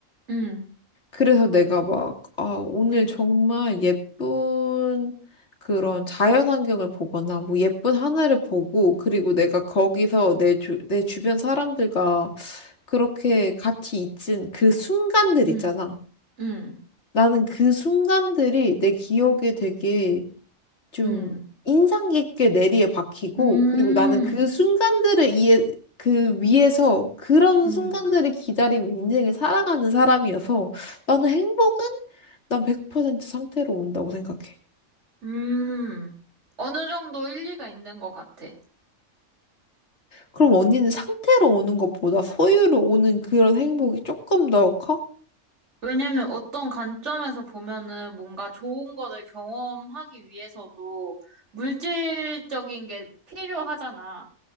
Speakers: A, on the right; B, on the left.
A: 음,
B: 그래서 내가 막 아, 오늘 정말 예쁜 그런 자연 환경을 보거나 뭐 예쁜 하늘을 보고 그리고 내가 거기서 내 주, 내 주변 사람들과 그렇게 같이 있은 그 순간들
A: 음,
B: 있잖아.
A: 음,
B: 나는 그 순간들이 내 기억에 되게 좀
A: 음,
B: 인상 깊게 내리에 박히고
A: 음,
B: 그리고 나는 그 순간들을 이해 그 위에서 그런
A: 음.
B: 순간들을 기다리며 인생을 살아가는 사람이어서 나는 행복은 난 100% 상태로 온다고 생각해.
A: 음, <laughs> 어느 정도 일리가 있는 것 같아.
B: 그럼 언니는 상태로 오는 것보다 소유로 오는 그런 행복이 조금 더 커?
A: 왜냐면 어떤 관점에서 보면은 뭔가 좋은 거를 경험하기 위해서도 물질적인 게 필요하잖아.